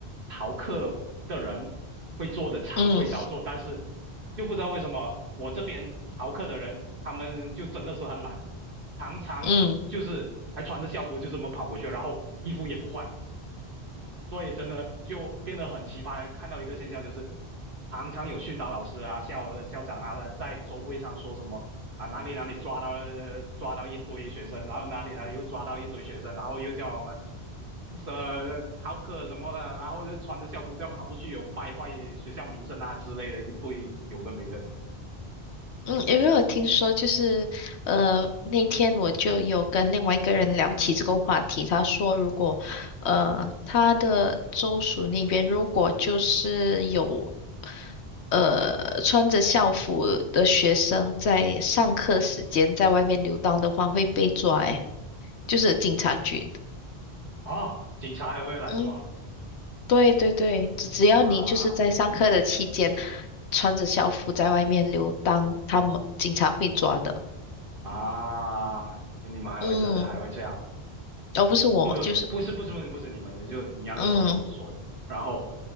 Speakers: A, on the right; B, on the left.
A: 逃课的人会做的常规操作，
B: 嗯
A: 但是就不知道为什么我这边逃课的人，他们就真的是很懒，常常就是还穿着校服就这么跑过去，
B: 嗯。
A: 然后衣服也不换。所以真的就变得很奇葩。看到一个现象就是，常常有训导老师啊、校校长啊，在周会上说什么啊，哪里哪里抓到呃抓到一堆学生，然后哪里哪里又抓到一堆学生，然后又叫我们呃逃课什么的，然后就穿着校服这样跑出去，有败坏学校名声啊之类的一堆有的没的
B: 嗯，因为我听说就是，呃，那天我就有跟另外一个人聊起这个话题，他说如果，呃，他的州属那边如果就是有，呃，穿着校服的学生在上课时间在外面游荡的话，会被抓，诶，就是警察局。
A: 啊，警察还会来抓
B: 嗯，对对对，只只要你就是在上课的期间
A: 啊
B: 穿着校服在外面游荡，他们警察会抓的。
A: 啊，你们还会这还会这样。
B: 嗯。哦，不是我，
A: 不是不是不是不是你们的就你那个朋友说的。
B: 就是嗯，
A: 然后